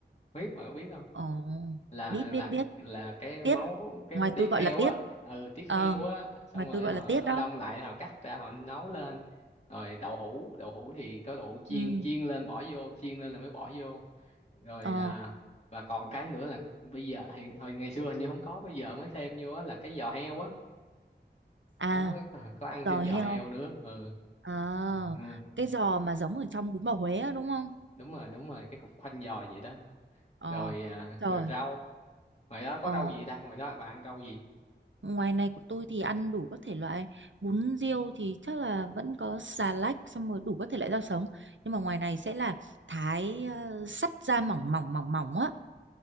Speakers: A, on the left; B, on the right.
A: huyết bạn có biết không
B: Ồ,
A: là
B: biết
A: là
B: biết biết
A: là cái máu
B: tiết dạ
A: cái
B: ngoài
A: tiết
B: tôi gọi
A: heo
B: là tiết
A: á ừ tiết
B: ờ
A: heo
B: ừ.
A: á xong
B: ngoài
A: rồi
B: tôi gọi
A: họ
B: là tiết đó
A: đông lại họ cắt ra họ nấu lên rồi đậu hũ đậu hũ thì có đậu hũ chiên
B: ừ.
A: chiên lên bỏ vô chiên lên là mới bỏ vô rồi
B: ờ
A: à, và còn cái nữa là bây giờ hiện hồi ngày xưa hình như không có bây giờ mới thêm vô á là cái giò heo á
B: à
A: đó, có, có ăn thêm
B: giò heo
A: giò heo nữa ừ.
B: ờ
A: ừ
B: cái giò mà giống ở trong bún bò Huế á, đúng không
A: đúng rồi đúng rồi cái cục khoanh giò vậy đó
B: ờ
A: rồi
B: ừ.
A: à,
B: trời
A: rồi rau ngoài đó có
B: ờ
A: rau gì ta ngoài đó bà ăn rau gì
B: ngoài này của tôi thì ăn đủ các thể loại bún riêu thì chắc là vẫn có xà lách xong rồi đủ các thể loại rau sống nhưng mà ngoài này sẽ là thái ờ, sắt ra mỏng mỏng mỏng mỏng á